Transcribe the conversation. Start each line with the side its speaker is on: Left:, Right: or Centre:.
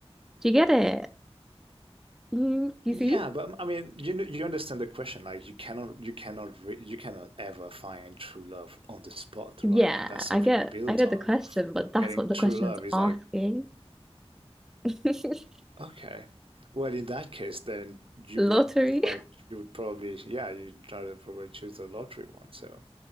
Centre: Do you get it? Mm, you
Right: Yeah,
Centre: see?
Right: but um, I mean, you kn- you understand the question. Like, you cannot you cannot re you cannot ever find true love on the spot,
Centre: Yeah,
Right: right? That's something
Centre: I get
Right: you built
Centre: I get
Right: on.
Centre: the question, but that's
Right: Getting
Centre: what the
Right: true
Centre: question's
Right: love is
Centre: asking.
Right: like,
Centre: <laughs>
Right: okay, well, in that case, then you
Centre: Lottery?
Right: would rather,
Centre: <laughs>
Right: you would probably yeah, you try to probably choose the lottery one. So